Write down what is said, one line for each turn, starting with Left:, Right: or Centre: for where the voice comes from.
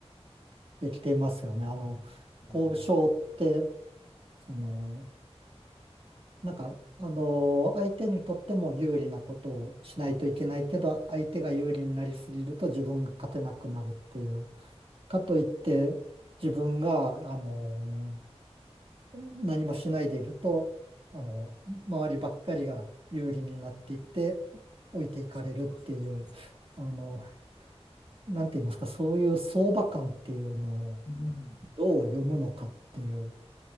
Right: できていますよね。あの、
Left: そうよね。
Right: 交渉って、その、なんか、あのー相手にとっても有利なことをしないといけないけど、相手が有利になりすぎると自分が勝てなくなるっていう。かといって、自分が、
Left: うん、
Right: あの、何もしないでいると、あの、周りばっかりが有利になっていって、置いていかれるっていう、
Left: そうそうそうそう。そうです。
Right: あの、なんて言いますか、そういう相場感っていうのを
Left: うん、
Right: どう読むのかっていう、